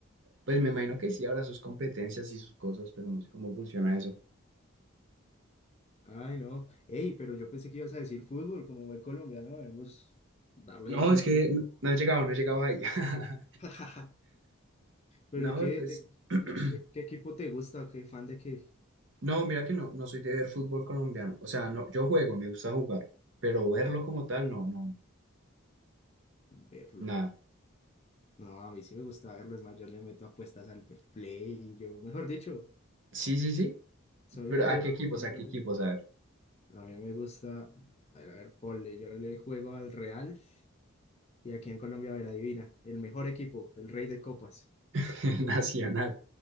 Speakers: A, on the right; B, on the left.
A: Pues me imagino que sí habrá sus competencias y sus cosas, pero no sé cómo funciona eso.
B: Ay, no. Ey, pero yo pensé que ibas a decir fútbol, como buen colombiano debemos darle
A: No,
B: duro
A: es
B: al
A: que
B: fútbol.
A: no, no he llegado, no he llegado ahí. <laughs>
B: <laughs> ¿Pero
A: No,
B: ¿y qué,
A: pues
B: te-
A: <clears throat>
B: qué, qué equipo te gusta? ¿Qué fan de qué?
A: No, mira que no, no soy de ver fútbol colombiano. O sea, no, yo juego, me gusta jugar, pero verlo
B: Ah,
A: como tal, no, no,
B: verlo.
A: nada.
B: No, a mí sí me gusta verlo, es más, yo le meto apuestas al Betplay y yo, mejor dicho,
A: Sí, sí, sí,
B: soy
A: pero
B: un
A: ¿a
B: duro
A: qué equipos?
B: peleando.
A: ¿A qué equipos?
B: ¿verdad?
A: A ver,
B: A mí me gusta, a ver, a ver, ponle, yo le juego al Real y aquí en Colombia, a ver, adivina, el mejor equipo, el rey de copas.
A: <laughs> Nacional.